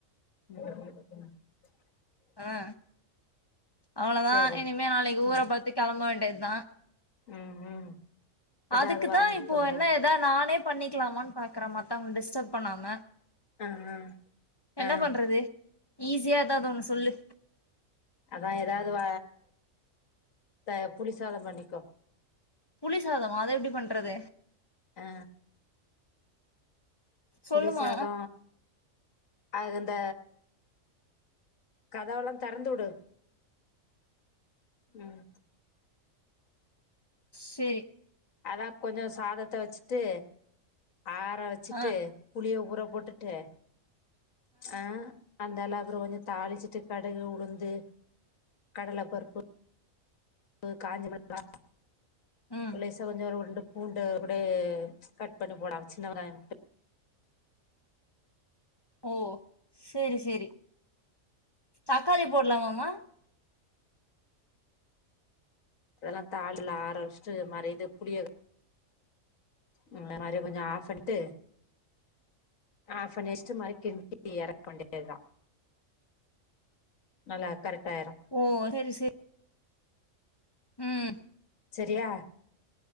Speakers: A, on the left; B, on the left.
A: <inaudible>
B: அ அவ்ளதா
A: சேரி
B: இனிமே நாளைக்கு ஊர
A: ம்
B: பாத்து கெளம்ப வேண்டியதா
A: ம் ம் ஏதாவது
B: அதுக்குதா
A: வாங்கிக்கோங்க
B: இப்போ என்ன எதா நானே பண்ணிக்லாமான் பாக்குறே மத்தவங் டிஸ்டப் பண்ணாம
A: ஆ ஆ
B: என்ன
A: ஆ
B: பண்றது ஈஸியா எதாது ஒண்ணு சொல்லு
A: அதா எதாது வ த புளி சாதம் பண்ணிக்கோ
B: புளி சாதமா அத எப்டி பண்றது
A: ஆ
B: சொல்லுமா
A: புளிசாதோ அதுந்த கதவெல்லா தெறந்துவுடு ம்
B: சேரி
A: அதா கொஞ்சோ சாதத்த வெச்சுட்டு ஆற வெச்சுட்டு
B: ஆ
A: புளிய ஊற போட்டுட்டு ஆ அந்தாலா அப்புறோ கொஞ்ச தாளிச்சிட்டு கடுகு உளுந்து கடலப்பருப் பு காஞ்சமெளகா
B: ம்
A: லேஸ் த கொஞ்சோ ஒரு ரெண்டு பூண்டு கூடே கட் பண்ணி போடலா சின்வெங்காயம்
B: ஓ சேரி சேரி தக்காளி போட்லாமாமா
A: இதெல்லா தாள்ல ஆரவெஷ்ட்டு மாரி இது புளிய அ <unintelligible> மாரி கொஞ்ச ஆஃப் பன்ட்டு ஆஃப் பண்ணி வெஷ்ட்டு மறுப்டி கிண்டி எறக்க வேண்டியதா நல்லா கரெக்டாயிரு
B: ஓ செரி ம்
A: செரியா